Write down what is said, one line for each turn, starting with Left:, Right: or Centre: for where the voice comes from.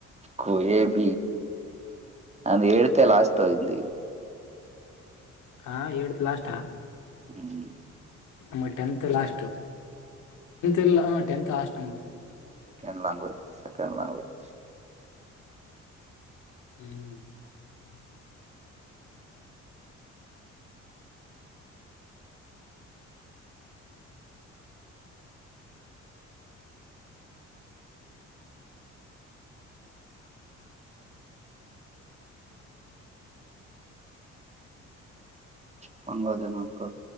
Right: ಕೊಯಬ ಅಂತ ಹೇಳ್ತೆ ಲಸ್ತಿಂದ
Left: ಹಾ ಳ್ತ್ ಲಾಸ್ಟ್ಾ
Right: ಹ್ಮ್
Left: ನ ಟತ್ ಲಾಸ್ಟ್ಟತ್ ಇಲ್ಲಟತ್ ಲಾಸ್ಟ್ ನಮಗೆ
Right: ಸೆಕೆಂಡ್ ಲ್ಯಾಂಗ್ವೇಜ್ ಸೆಕೆಂಡ್ ಲ್ಯಾಂಗ್ವೇಜ್
Left: ಹ್ಮ್
Right: ಚಿಂಗ ದಿನಕ